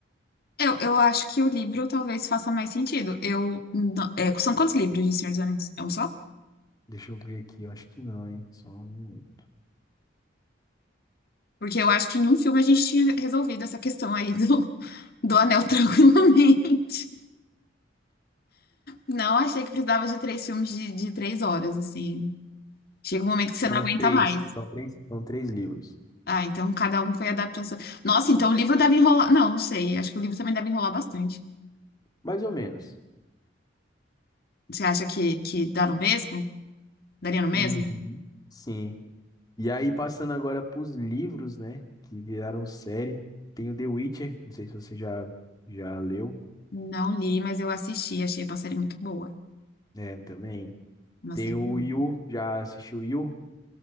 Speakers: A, on the left (about 55°); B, on the left (about 20°).
A: Eu, eu acho que o livro talvez faça mais sentido. Eu, não- é, são quantos livros de Senhor dos Anéis? É um só?
B: Deixa eu ver aqui, eu acho que não, hein? Só um minuto.
A: Porque eu acho que em um filme a gente tinha resolvido essa questão aí do, do anel <laughs> tranquilamente. Não achei que precisava de três filmes de, de três horas, assim. Chega um momento que
B: São
A: você não aguenta
B: três,
A: mais.
B: são três, são três livros,
A: Ah, então cada um foi adaptação. Nossa, então o livro deve enrolar. Não, não sei. Acho que o livro também deve enrolar bastante.
B: mais ou menos.
A: Você acha que, que dá no mesmo? Daria no mesmo?
B: Uhum. Sim, E aí, passando agora pros livros, né? Que viraram série. Tem o The Witcher, não sei se você já, já leu,
A: Não li, mas eu assisti. Achei uma série muito boa.
B: né? Também.
A: Uma
B: Tem
A: série
B: o
A: boa.
B: Yu, já assistiu Yu,